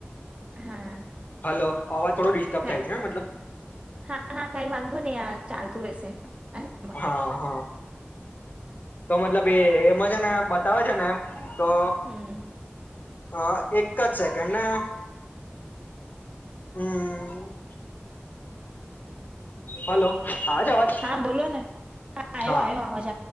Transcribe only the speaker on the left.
હલો! અવાજ થોડો ડિસ્ટર્બ
થાય છે મતલબ
હા હા. તો મતલબ એ એમાં છે ને બતાવે છે ને તો
હ એક જ સેકન્ડ ને હમ હલો આવે છે અવાજ
હા